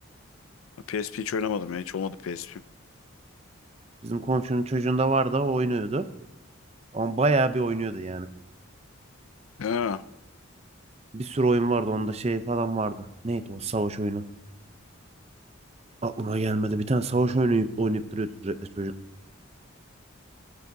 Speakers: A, on the left; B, on the right.
A: Ha, PSP hiç oynamadım ya. Hiç olmadı PSP.
B: Bizim komşunun çocuğunda vardı. O oynuyordu. Ama bayağı bir oynuyordu yani.
A: Ha,
B: Bir sürü oyun vardı. Onda şey falan vardı. Neydi o savaş oyunu? Aklıma gelmedi. Bir tane savaş oyunu oynayıp, oynayıp duruyordu sürekli çocuk.